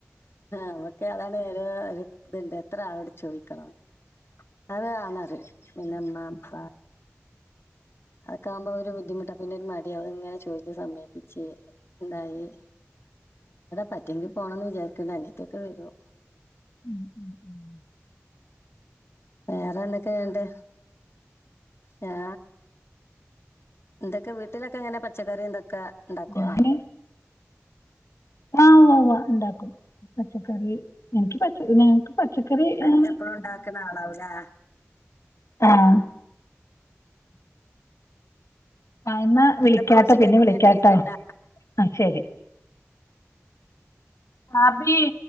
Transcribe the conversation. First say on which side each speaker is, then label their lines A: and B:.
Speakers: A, on the left; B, on the left.
A: നമ്മക്ക് അതാണ്. ഇത്ണ്ട് എത്ര ആളോട് ചോദിക്കണം. അത് ആന്ന് റയും പിന്നെ ഉമ്മാ ഉപ്പ അതൊക്കെ ആകുമ്പോ ഒരു ബുദ്ധിമുട്ടാ പിന്നെരു മടി അത് ഇങ്ങനെ ചോദിച്ചു സമേപ്പിച്ച് എന്തായി പറ്റെങ്ക പോണം എന്ന് വിചാരിക്കണ്ട് അനിയത്തി ഒക വരും.
B: <inaudible>
A: വേറെ എന്തൊക്കെയ എന്നിട്ട് ഞാ എന്തൊക്കെ വീട്ടിലൊക്കെ എങ്ങനെ പച്ചക്കറി എന്തൊക്കെ ഇണ്ടാക്കുവോ?
B: ഞാന് ആ ഉവ്വ ഉവ്വ ഉണ്ടാക്കും പച്ചക്കറി എനിക്ക് പച്ച നക്ക് പച്ചക്കറി
A: അതൊക്കെ
B: ഉം
A: എപ്പഴും ഇണ്ടാക്ക്ണ ആളാവൂലേ?
B: ആഹ് ആ എന്നാ വിളിക്കാട്ടോ
A: എന്നാപ്പം കൊറച്ച്
B: പിന്നെ
A: കഴഞ്ഞിട്ട്
B: വിളിക്കാട്ടോ
A: വിളിക്കാട്ടാ
B: ആ ശരി ഭാബി